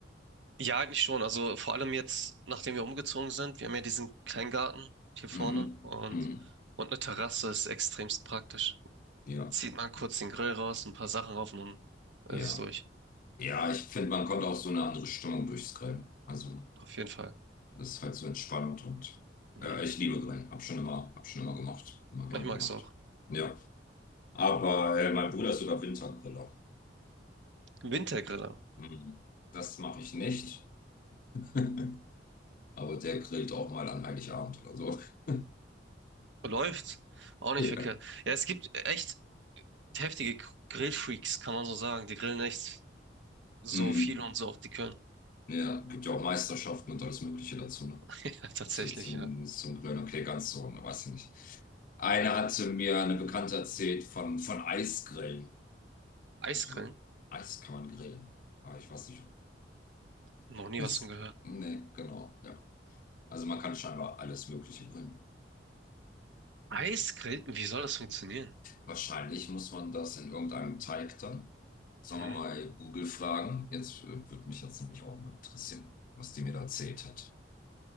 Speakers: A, on the right; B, on the left.
A: Ja, eigentlich schon. Also vor allem jetzt, nachdem wir umgezogen sind, wir haben ja diesen Kleingarten hier vorne
B: Mhm.
A: und,
B: Mhm.
A: und eine Terrasse ist extremst praktisch.
B: Ja,
A: Zieht man kurz den Grill raus, ein paar Sachen rauf und dann
B: ja.
A: ist es durch.
B: Ja, ich finde, man kommt auch so eine andere Stimmung durchs Grillen. Also.
A: Auf jeden Fall.
B: Das ist halt so entspannt und
A: Mhm.
B: äh, ich liebe Grillen. Hab schon immer, hab schon immer gemacht. Immer gern
A: Ich mag's
B: gemacht.
A: auch.
B: Ja. Aber äh, mein Bruder ist sogar Wintergriller.
A: Wintergriller.
B: Hm. Das mache ich nicht. <laughs> Aber der grillt auch mal an Heiligabend oder so. <laughs>
A: Läuft. Auch nicht
B: Ja.
A: verkehrt. Ja, es gibt echt heftige Gr- Grillfreaks, kann man so sagen. Die grillen echt so
B: Hm.
A: viel und so auch die können.
B: Ja, gibt ja auch Meisterschaften und alles Mögliche dazu, ne?
A: <laughs> Ja, tatsächlich,
B: Zu, zum,
A: ja.
B: zum Grillen. Okay, ganz so, ne, weiß ich nicht. Einer hatte mir eine Bekannte erzählt von, von Eisgrillen.
A: Eisgrillen?
B: Muss man so Eis kann man grillen. Aber ich weiß nicht,
A: Noch nie
B: Ist,
A: was von gehört.
B: nee, genau, ja. Also man kann scheinbar alles Mögliche bringen.
A: Eisgrillen? Wie soll das funktionieren?
B: Wahrscheinlich muss man das in irgendeinem Teig dann, sagen
A: Mhm.
B: wir mal, Google fragen. Jetzt äh, würde mich jetzt nämlich auch mal interessieren, was die mir da erzählt hat.